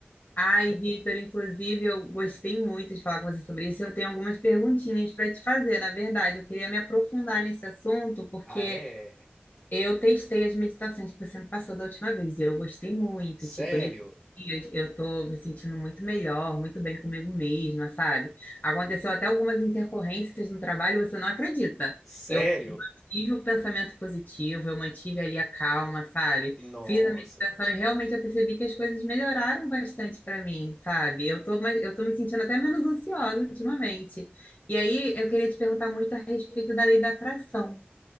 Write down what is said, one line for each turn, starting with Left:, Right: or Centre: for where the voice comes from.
Left: Ai, Vitor, inclusive, eu gostei muito de falar com você sobre isso. Eu tenho algumas perguntinhas para te fazer, na verdade. Eu queria me aprofundar nesse assunto, porque
Centre: ah, é?
Left: Eu testei as meditações que você me passou da última vez e eu gostei muito.
Centre: Sério?
Left: Tipo, nesses dias eu tô me sentindo muito melhor, muito bem comigo mesma, sabe? Aconteceu até algumas intercorrências no trabalho, você não acredita.
Centre: Sério?
Left: Eu mantive o pensamento positivo, eu mantive ali a calma, sabe?
Centre: Nossa.
Left: Fiz a meditação e realmente eu percebi que as coisas melhoraram bastante para mim, sabe? Eu tô, mais- eu tô me sentindo até menos ansiosa ultimamente. E aí eu queria te perguntar muito a respeito da lei da atração.